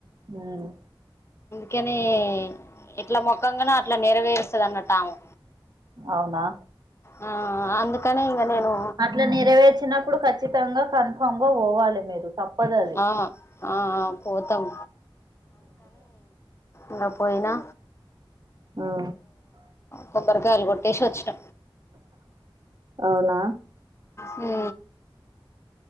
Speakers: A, on the right; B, on the left.
A: ఉమ్
B: కని ఇట్లా మొక్కంగానే అట్లా నెరవేరుస్తది అన్నట్టుఆమె
A: అవునా
B: ఆ అందుకనేే ఇకా నేను
A: ఇట్లా నెరవేర్చినప్పుడు ఖచ్చితంగా కన్ఫామ్ గా పోవాలి మీరు తప్పదు అది
B: ఆ ఆ పోతాం ఇకా పోయినా
A: ఆ
B: కొబ్బరికాయలు కొట్టేసి వచ్చిన
A: అవునా
B: ఉ